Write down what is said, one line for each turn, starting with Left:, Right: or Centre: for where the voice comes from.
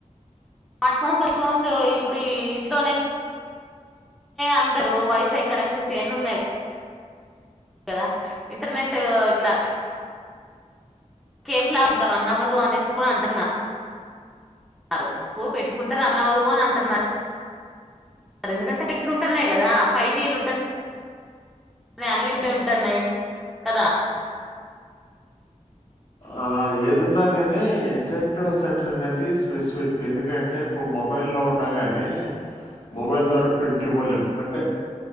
Centre: స్మార్ట్ ఫోన్స్మార్ట్ ఫోన్స్ ఇప్పుడు ఇంట్లోనే అందరు వైఫై కనెక్షన్స్ ఎన్ని ఉన్నాయి కదా ఇంటర్నెటు ఇట్ల కేఫ్లా అంత రన్ అవ్వదు అనేసి కూడా అంటున్నారు అనువ్వు పెట్టుకుంటే రన్ అవ్వదు అని అంటన్నరు ఎందుకంటే ఎట్లు ఉంటున్నాయి కదా ఫైవ్ జీలు ఉంటయి అన్లిమిటెడ్ ఉంటన్నాయి కదా
Left: ఆ ఏదిన్నా కాని ఉ ఎ టే టె సెంటర్ అది స్పెసిఫిక్ ఎందుకంటే ఇప్పుడు మొబైల్లో ఉన్నా కానీ మొబైల్ ద్వారా ప్రింట్ ఇవ్వలేము అంటే